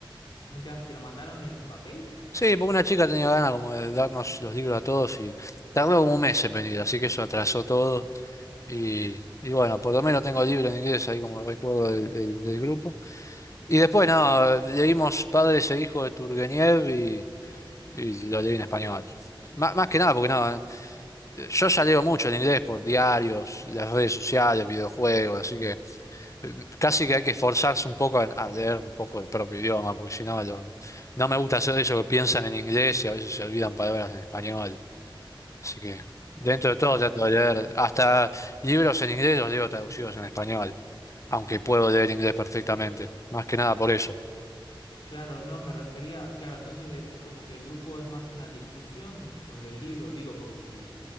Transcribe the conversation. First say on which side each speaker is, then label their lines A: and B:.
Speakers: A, on the left; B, on the left.
A: Mira, ¿te lo mandaron en papel?
B: Sí, porque una chica tenía ganas como de darnos los libros a todos y tardó como un mes en venir, así que eso atrasó todo. Y, y bueno, por lo menos tengo libro en inglés ahí como recuerdo del, del- del grupo. Y después,
A: Ah, qué
B: no,
A: lindo.
B: leímos Padres e Hijos de Turgeniev y, y lo leí en español. Má- más que nada, porque no, eh, yo ya leo mucho en inglés por diarios, las redes sociales, videojuegos, así que eh, casi que hay que esforzarse un poco en- a leer un poco el propio idioma, porque si no, lo- no me gusta hacer eso que piensan en inglés y a veces se olvidan palabras en español. Así que dentro de todo
A: Claro,
B: trato de leer, hasta libros en inglés los leo traducidos en español aunque puedo leer inglés perfectamente, más que nada por eso.
A: <laughs> claro, no, me refería, claro, entonces eh, es como que el grupo es más una discusión sobre el libro, digo, porque si,